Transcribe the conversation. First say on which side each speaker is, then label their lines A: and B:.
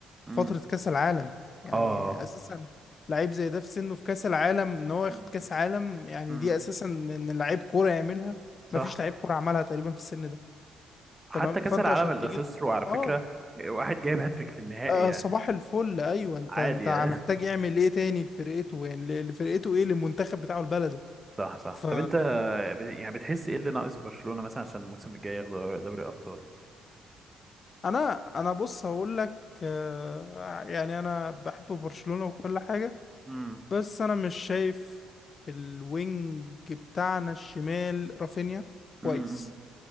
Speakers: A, on the right; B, on the left.
A: امم
B: فترة كأس العالم يعني
A: اه
B: أساسا لعيب زي ده في سنه في كأس العالم إن هو ياخد
A: امم
B: كأس عالم يعني
A: امم
B: دي أساسا إن لعيب كورة يعملها ما
A: صح
B: فيش لعيب كورة عملها تقريبا في السن ده
A: حتى
B: تمام
A: كأس
B: فأنت
A: العالم
B: عشان
A: اللي
B: تيجي
A: خسره على فكرة
B: اه
A: واحد جايب هاتريك في النهائي
B: آه
A: يعني
B: صباح الفل ايوه انت
A: عادي
B: انت
A: يعني
B: محتاج يعمل ايه تاني لفرقته يعني ل- لفرقته ايه للمنتخب بتاعه لبلده
A: <laughs> صح صح
B: ف
A: طب انت ب- يعني بتحس ايه اللي ناقص برشلونة مثلا عشان الموسم الجاي ياخد دوري الابطال
B: انا انا بص هقول لك آه يعني انا بحب برشلونة وكل حاجة
A: امم
B: بس انا مش شايف الوينج بتاعنا الشمال رافينيا كويس
A: امم